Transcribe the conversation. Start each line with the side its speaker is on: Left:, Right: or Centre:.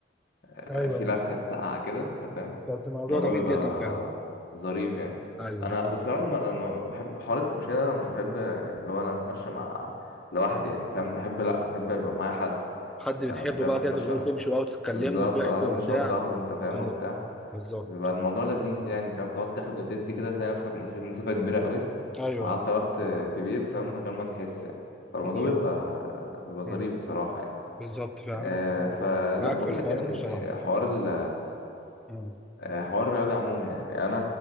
Left: آه،
Centre: ايوه
Left: في لسعة ساقعة كده انت فاهم
Centre: ده ده موضوع
Left: الموضوع
Centre: جميل
Left: بيبقى
Centre: جدا فعلا
Left: ظريف يعني
Centre: ايوه
Left: انا
Centre: ده حلو
Left: وبصراحة لما لما بحب حوار التمشية ده انا مش بحب اللي هو انا اتمشى مع لوحدي يعني فاهم بحب لا بحب يبقى معايا حد
Centre: حد بتحبه
Left: آه، فاهم
Centre: بقى
Left: اتمشى
Centre: كده تفضلوا تمشوا بقى وتتكلموا
Left: بالظبط
Centre: وتحكوا
Left: اه اتمشى
Centre: وبتاع
Left: مع صاحبي انت فاهم
Centre: ايوه
Left: وبتاع
Centre: بالظبط
Left: بيبقى الموضوع لذيذ يعني فاهم تقعد تاخد وتدي كده تلاقي نفسك مشيت مسافة كبيرة قوي
Centre: ايوه
Left: وعدى وقت كبير فاهم من غير ما تحس يعني فالموضوع
Centre: دي حقيقة.
Left: بيبقى بيبقى ظريف
Centre: أمم.
Left: بصراحة يعني
Centre: بالظبط فعلا
Left: آه، فزي
Centre: معاك
Left: ما بقول
Centre: في الحوار
Left: لك يعني
Centre: ده بصراحه
Left: حوار ال
Centre: أمم.
Left: آه، حوار الرياضة عموما يعني أنا